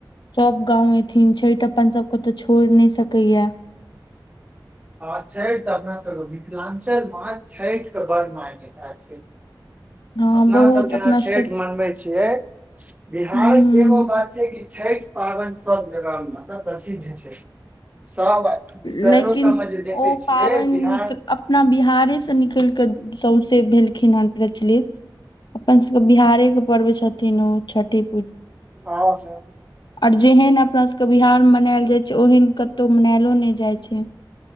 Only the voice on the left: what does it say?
सभ गाम एतैथिन छठिमे, अपना सभकेँ तऽ छोड़ि नहि सकैए।
हँ
बहुत
अपना
सबके
हूं हूं
लेकिन
ओ
पाबनि
निक अपना बिहारसँ निकलि कऽ सौंसे भेलखिन, हेन प्रचलित। अपन सभकेँ
बिहारकेँ पर्व छथिन ओ छठि।
आओर जेहन अपना सभकेँ बिहारमे मनाओल जाइ छै, ओहन कतहु मनाओलो नहि जाइ छै।